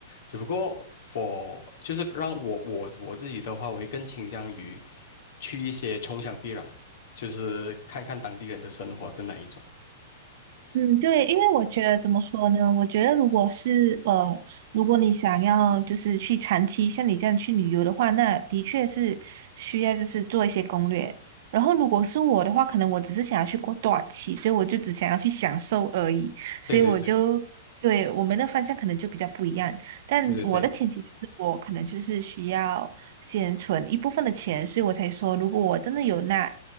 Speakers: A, on the left; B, on the right.
A: 只不过我就是让我我我自己的话，我会更倾向于去一些穷乡僻壤，就是看看当地人的生活的那一种。
B: 嗯，对，因为我觉得怎么说呢？我觉得如果是呃，如果你想要就是去长期像你这样去旅游的话，那的确是需要就是做一些攻略。然后如果是我的话，可能我只是想要去过短期，所以我就只想要去享受而已。所以我就，
A: 对对对
B: 对，我们的方向可能就比较不一样。但我的前提就是我可能就是需要先存一部分的钱，
A: 对对对，
B: 所以我才说，如果我真的有那